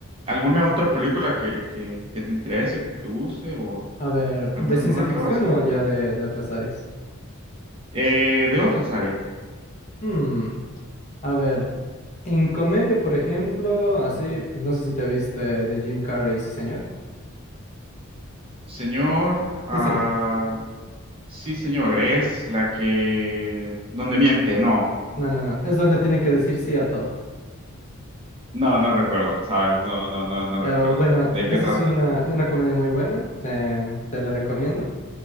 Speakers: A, on the right; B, on the left.
A: ¿Alguna otra película que, que, que te interese, que te guste o
B: a ver,
A: alguna
B: ¿de ciencia
A: nueva
B: ficción
A: que vaya a salir?
B: o ya de de otras áreas?
A: Eh, de otras áreas.
B: Hmm, a ver, en comedia, por ejemplo, así, no sé si te viste de Jim Carrey, sí, señor.
A: Señor, ah,
B: Sí, señor.
A: Sí, señor, es la que... donde miente, no.
B: No, no, no. Es donde tiene que decir sí a todo.
A: No, no recuerdo, ¿sabes? No, no, no, no recuerdo.
B: Eh, bueno,
A: ¿De qué
B: esa
A: trata?
B: es una, una comedia muy buena. eh, te la recomiendo.